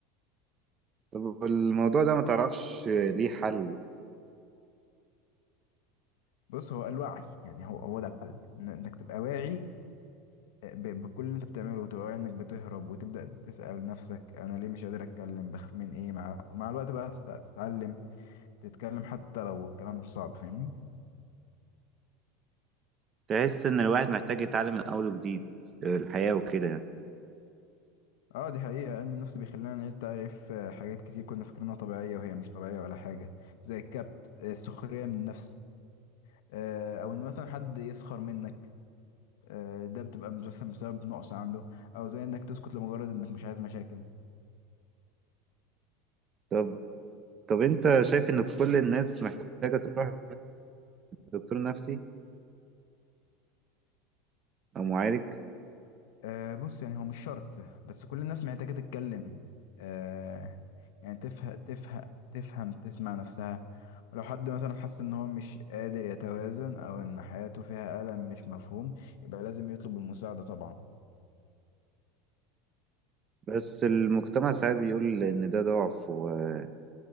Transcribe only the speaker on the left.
بص هو الوعي يعني هو هو ده الحل إن- انك تبقى واعي آه، ب- بكل اللي انت بتعمله وتبقى واعي انك بتهرب وتبدا تسال نفسك انا ليه مش قادر اتكلم بخاف من ايه مع ومع الوقت بقى تت- تتعلم تتكلم حتى لو الكلام صعب فاهمني
اه دي حقيقة علم النفس بيخلينا نعيد تعريف آه، حاجات كتير كنا فاكرينها طبيعية وهي مش طبيعية ولا حاجة زي الكبت آه، السخرية من النفس آه، او ان مثلا حد يسخر منك آه، ده بتبقى مثلا بسبب نقص عنده او زي انك تسكت لمجرد انك مش عايز مشاكل
أه بص يعني هو مش شرط بس كل الناس محتاجة تتكلم أه يعني تفهم تفهم تفهم تسمع نفسها ولو حد مثلا حس ان هو مش قادر يتوازن او ان حياته فيها ألم مش مفهوم يبقى لازم يطلب المساعدة طبعا